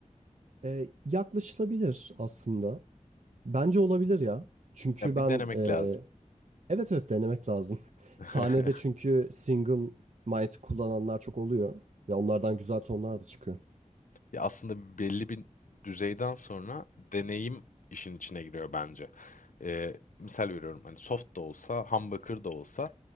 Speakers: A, on the right (about 60°); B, on the left (about 75°).
A: E, yaklaşılabilir aslında. Bence olabilir ya. Çünkü
B: Ya
A: ben
B: bir denemek
A: e,
B: lazım.
A: Evet evet denemek lazım. <laughs>
B: <laughs>
A: Sahnede çünkü single mic kullananlar çok oluyor ve onlardan güzel tonlar da çıkıyor.
B: Ya aslında belli bir düzeyden sonra deneyim işin içine giriyor bence. Ee, misal veriyorum hani soft da olsa, humbucker da olsa